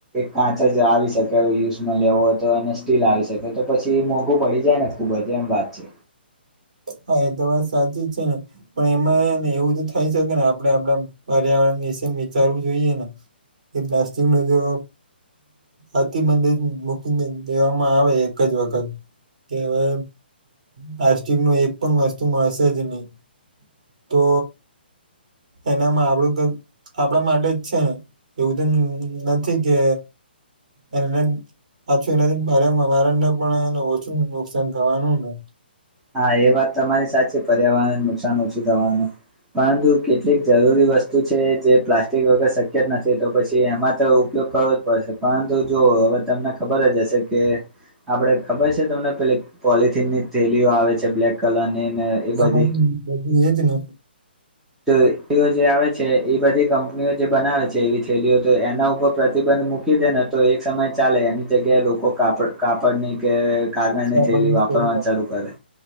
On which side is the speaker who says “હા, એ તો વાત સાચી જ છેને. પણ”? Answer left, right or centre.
Right